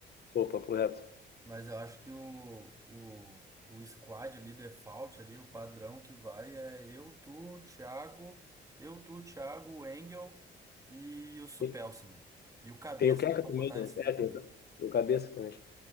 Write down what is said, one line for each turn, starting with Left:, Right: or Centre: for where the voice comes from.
Left: pô, papo reto.
Right: Mas eu acho que o, o, o squad ali, default ali, o padrão que vai é eu, tu, Thiago, eu, tu, Thiago, o Engel e o Supelsa,
Left: Tem
Right: né? E o cabeça
Left: tem o Keka
Right: dá pra
Left: também,
Right: botar
Left: né?
Right: nisso daí
Left: É,
Right: também.
Left: tem o tem o Cabeça também.